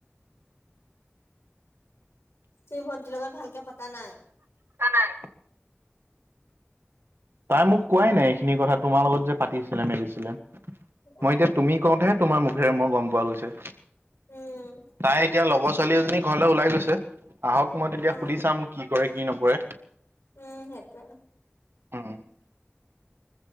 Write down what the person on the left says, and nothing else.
তুমি ভন্টিৰ লগত ভালকে পতা নাই?
উম
উম।
অ
উম, সেইটোয়ে।